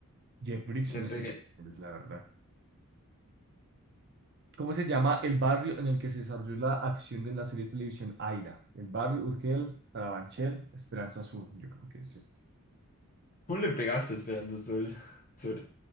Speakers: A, on the right; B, on the left.
A: Jeffries,
B: Le
A: no
B: pegué.
A: sé cuál es la verdad. ¿Cómo se llama el barrio en el que se desarrolló la acción de la serie de televisión Aira? El barrio Urgel, Carabanchel, Esperanza Sur. Yo creo que es este.
B: ¿Cómo le pegaste esperando Azul? <laughs> Sur.